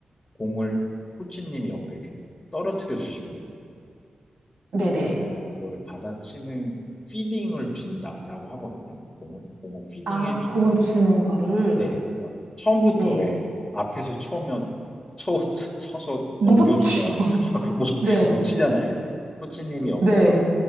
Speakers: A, on the left; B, on the right.
A: 공을 코치님이 옆에 이렇게 떨어뜨려 주시거든요.
B: 네네.
A: 그러면은 그거를 받아치는, 거, 피딩을 준다라고 하거든요. 공을. 공을 피딩해
B: 아,
A: 주는,
B: 공을 주는 거를.
A: 네, 그러니까 처음부터
B: 네.
A: 왜 앞에서 쳐면, 쳐, <laughs> 쳐서
B: 무섭죠.
A: 넘겨주면
B: <laughs>
A: <laughs> 못, 못 치잖아요.
B: 네.
A: 그래서 코치님이 옆에서
B: 네.